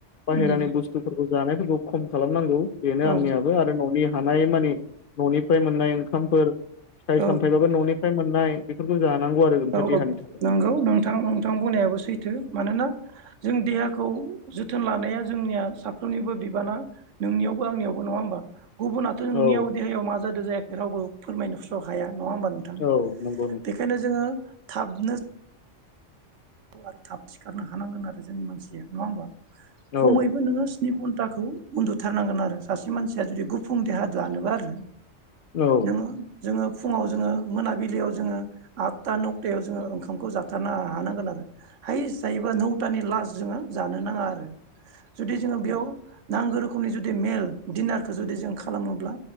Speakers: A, on the left; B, on the right.
A: बाहेरानि
B: उम
A: बुस्थु जानायफोरखौ खम खालामनांगौ। बेनो
B: औ
A: आंनियाबो आरो न'नि हानाय मानि न'निफ्राय मोननाय ओंखामफोर फिथाइ
B: औ
A: सामथायबाबो ननिफ्राय मोननाय बेफोरखौ जानांगौ आरो ओमफ्राय
B: औ
A: देहानि
B: औ
A: थाखाय
B: नंगौ नोंथां नोंथां बुंनायाबो सैथो मानोना जों देहाखौ जोथोन लानाया जोंनिया साफ्रोमनिबो बिबाना नोंनियावबो आंनियावबो नङा होमबा। गुबुनाथ नोंनियाव
A: औ
B: देहायाव मा जादों जायाखै रावबो फोरमायनो स्र हाया। नङा होमबा नोंथां
A: औ नंगौ नोंथां
B: बेखायनो जोंङो थाबनो आरो थाब सिखारनो हानांगोन आरो जोंनि मानसिया नङा होमबा
A: औ
B: खमैबो नोंङो स्नि घन्टाखौ उन्दुथारनांगोन आरो सासे मानसिया जुदि गुफुं देहा दानोबा आरो
A: औ
B: नोंङो जोंङो फुङाव जोंङो मोनाबिलियाव जोंङो आतता नौतायाव जोंङो ओंखामखौ जाथारनो हानांगोन आरो हाइस्ट जायोबा नौथानि लास्ट जोंङो जानो नाङा आरो जुदि जोंङो बेयाव नांगौ रोखोमनि जुदि मेल दिनारखो जुदि जों खालामोब्ला